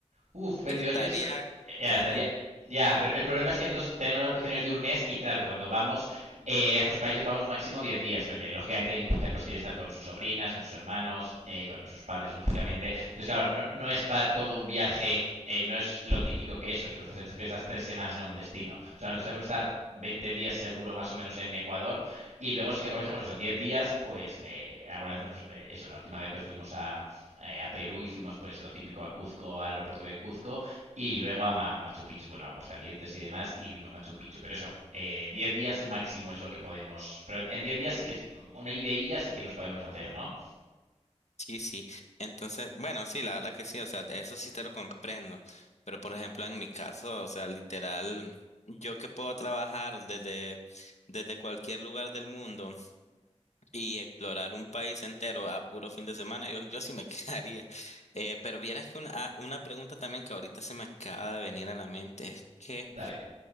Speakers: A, on the right (about 85°); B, on the left (about 70°).
A: Uf, 22
B: estaría
A: días eh, ya
B: al...
A: estaría. Ya, pero el problema es que nosotros tenemos las vacaciones de un mes y claro, cuando vamos eh, a estos países vamos máximo 10 días, porque lógicamente mi mujer pues quiere estar con sus sobrinas, con sus hermanos, eh, con sus padres, lógicamente. Entonces, claro, no, no es para todo un viaje eh, no es lo típico que eso, que cruzas el que estás tres semanas en un destino. O sea, nosotros tenemos que estar 20 días seguro más o menos en Ecuador y luego sí que aprovechamos esos 10 días, pues eh, alguna vez, pues, eh, eso, la última vez pues fuimos a, eh, a Perú y fuimos pues lo típico a Cuzco, al aeropuerto de Cuzco y luego a Machu Picchu, bueno, a Aguascalientes y demás y vimos Machu Picchu. Pero eso, eh, 10 días máximo es lo que podemos, pero en 10 días sí que es una ideilla sí que nos podemos hacer, ¿no?
B: Sí, sí. Entonces, bueno, sí, la verdad que sí, o sea, eso sí te lo comprendo. Pero por ejemplo, en mi caso, o sea, literal, yo que puedo trabajar desde, desde cualquier lugar del mundo. Y explorar un país entero a puro fin de semana, yo, yo sí me <laughs> quedaría. Eh, pero vieras que una, ah, una pregunta también que ahorita se me acaba de venir a la mente es que,
A: Dale.